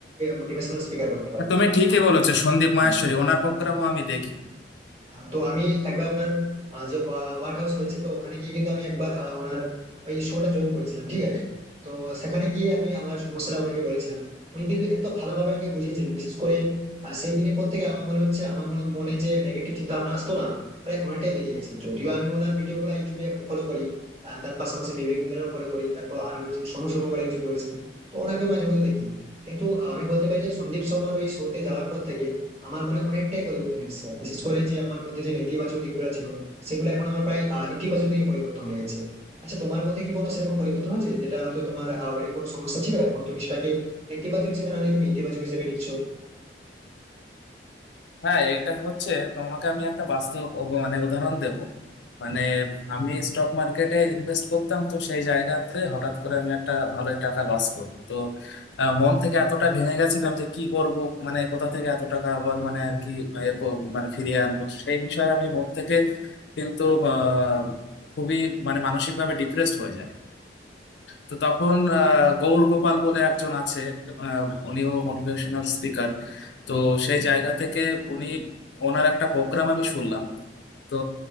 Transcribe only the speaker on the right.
মোটিভেশনাল স্পিকার বলতে পারেন
আমি
হ্যাঁ
আহ, তো আমি একবার ওনার আহ, যে ওয়ার্ক হাউস রয়েছে তো ওখানে গিয়ে কিন্তু আমি একবার আহ, ওনার ওই শোটা জয়েন করেছিলাম ঠিক আছে তো সেখানে গিয়ে আমি আমার সমস্যাটা ওনাকে বলেছিলাম উনি কিন্তু এত ভালোভাবে আমাকে বুঝিয়েছিলেন বিশেষ করে আহ, সেই দিনের পর থেকে আমার মনে হচ্ছে আমার মনে মনে যে নেগেটিভ চিন্তা ভাবনা আসতো না প্রায় অনেকটাই বেরিয়ে গেছে যদিও আমি ওনার ভিডিও গুলো ইউটিউবে এখন ফলো করি আহ, তার পাশাপাশি বিবেক বিন্দ্রারও ফলো করি তারপর আরো রয়েছেন সোনু সোনু বলে একজন রয়েছেন তো ওনাকেও মাঝে মধ্যে দেখি কিন্তু আহ, আমি বলতে পারি যে সন্দীপ শর্মার ওই শোতে যাওয়ার পর থেকে আমার মনে অনেকটাই পরিবর্তন এসেছে বিশেষ করে যে আমার মধ্যে যে নেতিবাচক দিকগুলো ছিল সেগুলো এখন আমার প্রায় আহ, ইতিবাচক দিকে পরিবর্তন হয়ে গেছে আচ্ছা তোমার মধ্যে কি কোনো সেরকম পরিবর্তন হয়েছে যেটা হয়তো তোমার আহ, ওরকম কোনো সমস্যা ছিল এখন তুমি সেটাকে নেতিবাচক হিসেবে না নিয়ে তুমি ইতিবাচক হিসেবে নিচ্ছ